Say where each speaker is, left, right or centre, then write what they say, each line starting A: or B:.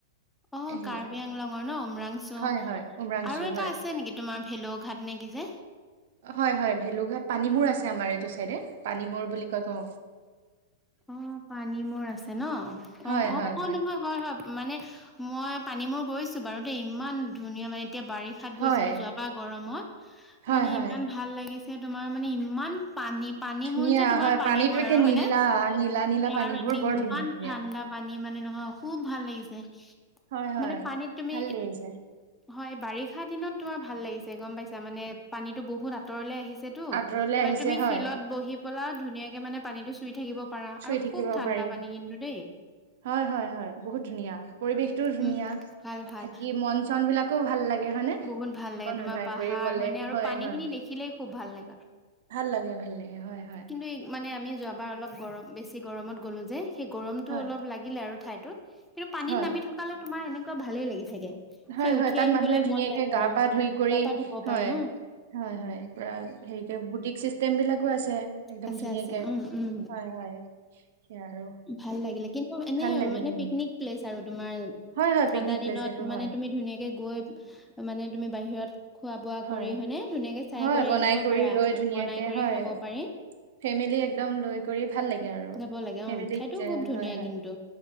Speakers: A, in the centre; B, on the right.
A: অ
B: সেয়াই
A: কাৰ্বি আংলঙৰ ন অমৰাং চ
B: হয় হয় উমৰাংচু
A: আৰু এটা
B: হয়
A: আছে নেকি তোমাৰ ভেলুঘাট নেকি যে?
B: হয় হয় ভেলুঘাট পানী মূৰ আছে আমাৰ এইটো চাইডে পানী মৰ বুলি কয় ক।
A: অ পানী মোৰ আছে ন
B: হয়
A: অ অ
B: হয়
A: ক নহয় হয় হয় মানে মই পানী মূৰ গৈছো বাৰু দেই ইমান ধুনীয়া মানে এতিয়া বাৰিষাত
B: হয়,
A: গৈছিলো যোৱাবাৰ গৰমত।
B: হয়,
A: মানে
B: হয়,
A: ইমান ভাল লাগিছে তোমাৰ মানে ইমান পানী পানী
B: ধুনীয়া
A: মূৰ যে তোমাৰ
B: হয়,
A: পানী
B: পানীটো
A: মূৰ
B: একে
A: আৰু হয়
B: নীলা,
A: নে?
B: নীলা, নীলা পানীবোৰ
A: আৰু এনে
B: বৰ
A: ইমান
B: ধুনীয়া, ধুনীয়া।
A: ঠাণ্ডা পানী মানে নহয় খুব ভাল লাগিছে।
B: হয়, হয়,
A: মানে পানীত তুমি
B: ভাল লাগিছে।
A: হয় বাৰিষা দিনত তোমাৰ ভাল লাগিছে গম পাইছ- মানে পানীতো বহুত আঁতৰলে আহিছেতো
B: আঁতৰলে
A: মানে
B: আহিছে
A: তুমি
B: হয়,
A: শিলত বহি- পলা ধুনীয়াকে মানে পানীটো চুই থাকিব। পাৰা আৰু
B: চুই থাকিব
A: খুব ঠাণ্ডা
B: পাৰি,
A: পানী কিন্তু দেই।
B: হয় হয় হয় বহুত ধুনীয়া পৰিৱেশটোও ধুনীয়া।
A: উম, ভাল ভাল
B: থাকি মন চন বিলাকো ভাল লাগ- হয় নে,
A: বহুত ভাল লাগে
B: অকন
A: তোমাৰ
B: ওলাই
A: পাহাৰ
B: কৰি গলে
A: হয়নে আৰু
B: হয়
A: পানী
B: হয়।
A: খিনি দেখিলেই খুব ভাল লগা।
B: ভাল লাগে ভাল লাগে। হয়, হয়,
A: কিন্তু মানে আমি যোৱাবাৰ অলপ গৰম বেছি গৰমত গ'লো যে সেই গৰমতটো
B: হয়।
A: অলপ লাগিলে আৰু। ঠাইত কিন্তু পানীত
B: হয়,
A: নামি থকালে তোমাৰ এনেকুৱা ভালেই লাগি থাকে।
B: হয়,
A: সেই
B: হয়,
A: উঠি
B: তাত
A: আহিবলৈ
B: মানুহে ধুনীয়াকে
A: মন নাযায়
B: গা
A: আৰু
B: পা ধুই কৰি
A: গা পা ধুব
B: হয়,
A: পাৰে অ।
B: হয় হয় পুৰা হেৰিক বুটিক চিষ্টেম বিলাকো আছে। একদম
A: আছে
B: ধুনীয়াকে
A: আছে উম উম
B: হয় হয় সেইয়া আৰু
A: ভাল লাগিলে কিন্তু এনে
B: ভাল লাগে
A: মানে
B: ভাল। লাগে
A: পিকনিক প্লেচ আৰু তোমাৰ
B: হয় হয়
A: ঠাণ্ডা
B: পিকনিক
A: দিনত
B: প্লেচ এইটো
A: মানে
B: হয়
A: তুমি ধুনীয়াকে গৈ মানে তুমি বাহিৰত। খোৱা বোৱা
B: হয়
A: কৰি হয়নে ধুনীয়াকে চাই
B: হয়
A: কৰি
B: বনাই
A: আহিব পাৰা,
B: লৈ
A: অ
B: ধুনীয়াকে
A: বনাই কৰি
B: হয়
A: খাব পাৰি।
B: ফেমিলি একদম লৈ কৰি ভাল লাগে আৰু
A: যাব লাগে
B: ফেমিলীক
A: অ ঠাইতো
B: যায়
A: খুব ধুনীয়া
B: হয় হয়।
A: কিন্তু